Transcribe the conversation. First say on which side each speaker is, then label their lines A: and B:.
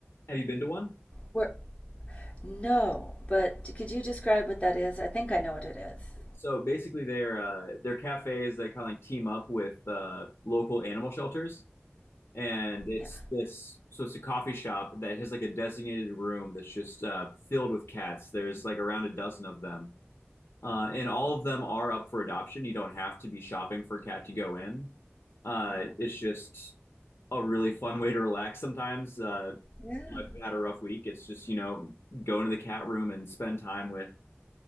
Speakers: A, on the left (about 80°); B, on the left (about 25°).
A: Have you been to one?
B: Where, No, but could you describe what that is? I think I know what it is.
A: So basically, they're uh, they're cafes that kind of like team up with uh, local animal shelters. and it's
B: Yeah.
A: this so it's a coffee shop that has like a designated room that's just uh, filled with cats there's like around a dozen of them uh, and all of them are up for adoption you don't have to be shopping for a cat to go in uh, it's just a really fun way to relax sometimes uh,
B: Yeah.
A: you know, if you've had a rough week it's just you know go into the cat room and spend time with